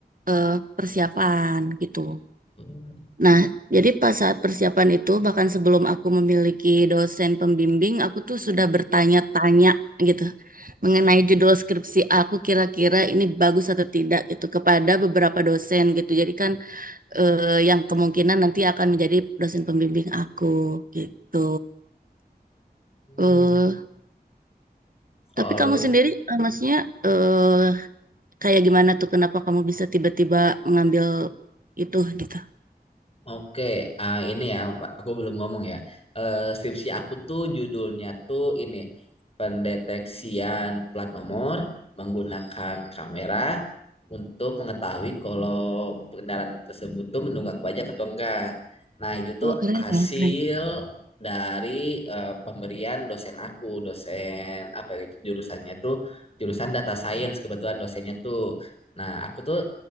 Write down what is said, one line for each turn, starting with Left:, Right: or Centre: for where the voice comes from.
Right: eh, persiapan gitu.
Left: gitu.
Right: Nah, jadi pas saat persiapan itu, bahkan sebelum aku memiliki dosen pembimbing, aku tuh sudah bertanya-tanya gitu. mengenai judul skripsi aku kira-kira ini bagus atau tidak gitu kepada beberapa dosen gitu. Jadi kan eh, yang kemungkinan nanti akan menjadi dosen pembimbing aku gitu.
Left: Hmm,
Right: eh
Left: kalau
Right: tapi kamu sendiri eh, maksudnya eh kayak gimana tuh kenapa kamu bisa tiba-tiba mengambil itu gitu?
Left: Oke, ah, ini ya, aku belum ngomong ya. Eh, skripsi aku tuh judulnya tuh ini, pendeteksian plat nomor menggunakan kamera untuk mengetahui kalau kendaraan tersebut tuh menunggak pajak atau enggak. Nah, itu tuh
Right: Oh, keren
Left: hasil
Right: ya, keren.
Left: dari eh, pemberian dosen aku, dosen apa ya itu jurusannya tuh jurusan data science kebetulan dosennya tuh. Nah, aku tuh